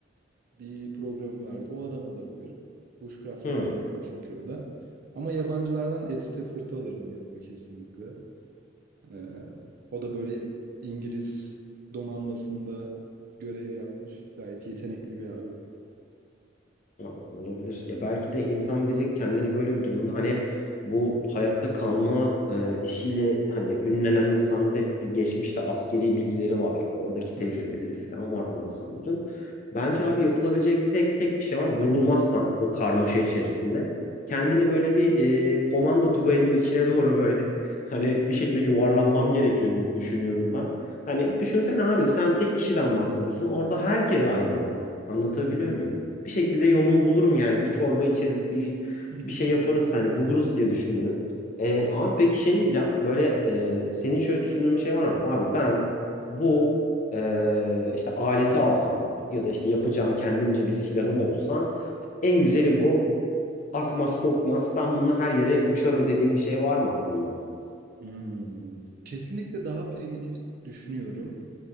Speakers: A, on the right (about 50°); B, on the left (about 40°).
A: bir programı vardı. O adam olabilir. Bushcraft falan
B: hı.
A: yapıyor çünkü o da. Ama yabancılardan Ed Stafford'ı alırdım yanıma kesinlikle. E, o da böyle İngiliz donanmasında görev yapmış. Gayet yetenekli bir abi.
B: Ya, olabilir. Ya belki de insan biri kendini böyle bir durumda hani hep bu hayatta kalma e, işiyle hani ünlenen insanlar hep bir geçmişte askeri bilgileri var. Oradaki
A: <laughs>
B: tecrübeleri falan var bu insanların. Bence abi yapılabilecek direkt tek bir şey var. Vurulmazsan o karmaşa içerisinde kendini böyle bir e, komando tugayının içine doğru böyle hani bir şekilde yuvarlanmam gerekiyor gibi düşünüyorum ben. Hani düşünsene abi sen tek kişiden bahsediyorsun. Orada herkes aynı adam. Anlatabiliyor
A: Hı hı.
B: muyum? bir şekilde yolumu bulurum yani. Bir çorba içeriz, bir
A: <laughs>
B: bir şey yaparız hani buluruz diye düşünüyorum. Ee, abi peki şey diyeceğim. Böyle e, senin şöyle düşündüğün bir şey var mı? Abi ben bu e, işte aleti alsam ya da işte yapacağım kendimce bir silahım olsa en güzeli bu. Akmaz kokmaz ben bununla her yere uçarım dediğim bir şey var mı aklında?
A: Hmm. Kesinlikle daha primitif düşünüyorum.